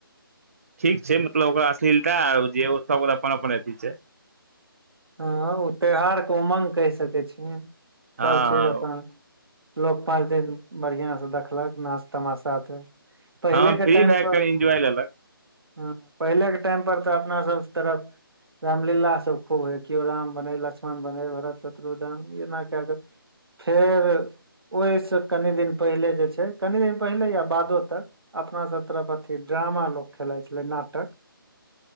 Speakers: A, on the right; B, on the right.
A: ठीक छै। मतलब ओकरा अश्लीलता जे सभ अपन अपन अथी छै।
B: हँ, ओ त्यौहारके उमङ्ग कहि सकै छ।
A: हँ
B: सभचीज अपन लोक पाँच दिन बढ़िया से देखलक नाच तमाशा त पहिलेके
A: हँ फ्री
B: टाइमप
A: भए कऽ कनि इन्जॉय लेलक
B: ह पहिले के टाइम पर तऽ अपना सब तरफ रामलीला सब खूब हो कओ राम बनै लक्ष्मण बनै भरत शत्रुधन एना क क फेर ओहिसँ कनि दिन पहिले जे छै कनि दिन पहिले या बादो तक अपना सभ तरफ अथी ड्रामा लोक खेलाइ छलै नाटक